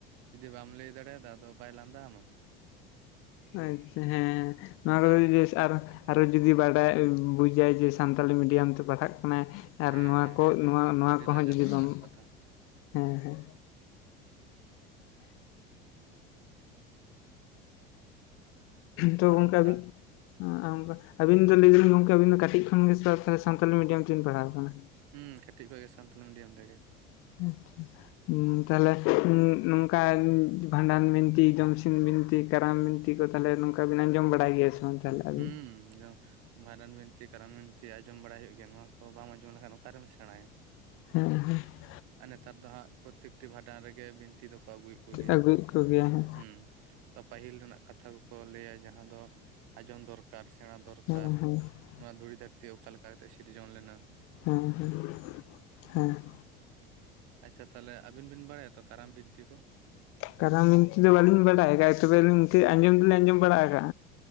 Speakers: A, on the right (about 60°); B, on the left (about 50°).
A: ᱡᱩᱫᱤ ᱵᱟᱢ ᱞᱟᱹᱭ ᱫᱟᱲᱮᱭᱟᱫᱟ ᱟᱫᱚ ᱵᱟᱭ ᱞᱟᱸᱫᱟ ᱟᱢᱟ ᱾
B: ᱟᱪᱪᱷᱟ ᱦᱮᱸ ᱦᱮᱸ ᱱᱚᱣᱟ
A: ᱦᱮᱸ ᱥᱮ
B: ᱠᱚᱨᱮ
A: ᱵᱟᱝ
B: <inaudible> ᱟᱨ ᱟᱨᱚ ᱡᱩᱫᱤ ᱵᱟᱰᱟᱭ ᱵᱩᱡᱟᱭ ᱡᱮ ᱥᱟᱱᱛᱟᱞᱤ ᱢᱤᱰᱤᱭᱟᱢ ᱛᱮ ᱯᱟᱲᱦᱟᱜ
A: ᱦᱮᱸ
B: ᱟᱨ ᱱᱚᱣᱟ
A: ᱦᱮᱸ
B: ᱠᱚ ᱱᱚᱣᱟ ᱱᱚᱣᱟ
A: ᱟᱹᱰᱤ
B: ᱠᱚᱦᱚᱸ
A: ᱞᱟᱡᱟᱣ
B: ᱡᱩᱫᱤ
A: ᱯᱟᱲᱟ
B: ᱵᱟᱢ
A: ᱨᱮᱱᱟᱜ ᱠᱟᱛᱷᱟ
B: ᱦᱮᱸ ᱦᱮᱸ ᱛᱚ
A: ᱟᱨ
B: ᱜᱟᱢᱠᱮ
A: ᱚᱱᱠᱟ
B: ᱟᱵᱤᱱ ᱚ ᱚᱱᱠᱟ ᱟᱹᱵᱤᱱ ᱫᱚ ᱞᱟᱹᱭ ᱫᱟᱞᱤᱧ ᱜᱚᱝᱠᱮᱵᱤᱱ ᱫᱚ ᱠᱟᱹᱴᱤᱡ ᱠᱷᱚᱱᱜ ᱥᱟᱱᱛᱟᱞᱤ ᱢᱰᱤᱭᱟᱢ ᱛᱮᱵᱤᱱ ᱯᱟᱲᱦᱟᱣ ᱟᱠᱟᱱᱟ ᱾
A: ᱦᱩᱸ ᱠᱟᱹᱴᱤᱡ ᱠᱷᱚᱡ ᱜᱮ ᱥᱟᱱᱛᱟᱞᱤ ᱢᱤᱰᱤᱭᱟᱢ ᱛᱮᱜᱮ ᱾
B: ᱟᱪᱪᱷᱟ ᱾ ᱛᱟᱦᱚᱞᱮ ᱱᱚᱝᱠᱟ ᱵᱷᱟᱸᱰᱟᱱ ᱵᱤᱱᱛᱤ ᱡᱚᱢᱥᱤᱢ ᱵᱤᱱᱛᱤ ᱠᱟᱨᱟᱢ ᱵᱤᱱᱛᱤ ᱛᱤ ᱠᱚ ᱛᱟᱦᱚᱞᱮ ᱱᱚᱝᱠᱟ ᱵᱤᱱ ᱟᱸᱡᱚᱢ ᱵᱟᱲᱟᱭ ᱜᱮᱭᱟ ᱥᱮ ᱵᱟᱝ? ᱛᱟᱦᱚᱞᱮ ᱟᱹᱵᱤᱱ?
A: ᱦᱩᱸ ᱡᱚ ᱵᱷᱟᱰᱟᱱ ᱵᱤᱱᱛᱤ ᱠᱟᱨᱟᱢ ᱵᱤᱱᱛᱤ ᱟᱸᱡᱚᱢ ᱵᱟᱲᱟᱭ ᱦᱩᱭᱩᱜ ᱜᱮᱭᱟ ᱱᱚᱣᱟ ᱠᱚ ᱵᱟᱢ ᱟᱸᱡᱚᱢ ᱞᱮᱠᱷᱟᱱ ᱚᱠᱟᱨᱮᱢ ᱥᱮᱬᱟᱭᱟ ᱾
B: <unintelligible>
A: ᱟᱨ ᱱᱮᱛᱟᱨ ᱫᱚ ᱦᱟᱸᱜ ᱯᱨᱚᱛᱮᱠᱴᱤ ᱵᱷᱟᱰᱟᱱ ᱨᱮᱜᱮ ᱵᱤᱱᱛᱤ ᱫᱚᱠᱚ ᱟᱹᱜᱩᱭᱮᱫ ᱠᱚᱜᱮᱭᱟ
B: ᱟᱹᱜᱩᱭᱮᱫ
A: ᱾
B: ᱠᱚᱜᱮᱭᱟ ᱦᱮᱸ
A: ᱦᱩᱸ ᱯᱟᱹᱦᱤᱞ ᱨᱮᱱᱟᱜ ᱠᱟᱛᱷᱟ ᱠᱚᱠᱚ ᱞᱟᱹᱭᱟ ᱡᱟᱦᱟᱸ ᱫᱚ ᱟᱸᱡᱚᱢ ᱫᱚᱨ ᱠᱟᱨ ᱥᱮᱬᱟ ᱫᱚᱨᱠᱟᱨ,
B: ᱦᱮᱸ ᱦᱮᱸ
A: ᱱᱚᱣᱟ ᱫᱷᱩᱲᱤ ᱫᱷᱟᱹᱨᱛᱤ ᱚᱠᱟ ᱞᱮᱠᱟ ᱠᱟᱛᱮ ᱥᱤᱨᱡᱚᱱ ᱞᱮᱱᱟ ᱾
B: ᱦᱮᱸ ᱦᱮᱸ ᱦᱮᱸ ᱾
A: ᱟᱪᱪᱷᱟ ᱛᱟᱦᱚᱞᱮ ᱟᱵᱤᱱ ᱵᱤᱱ ᱵᱟᱲᱟᱭᱟ ᱛᱚ ᱠᱟᱨᱟᱢ ᱵᱤᱱᱛᱤ ᱠᱚ?
B: ᱠᱟᱨᱟᱢ ᱵᱤᱱᱛᱤ ᱫᱚ ᱵᱟᱹᱞᱤᱧ ᱵᱟᱰᱟᱭ ᱠᱟᱜᱼᱟ, ᱛᱚᱵᱮ ᱟᱹᱧ ᱟᱸᱡᱚᱢ ᱫᱚᱞᱤᱧ ᱟᱸᱡᱚᱢ ᱵᱟᱲ ᱟᱠᱟᱜᱼᱟ᱾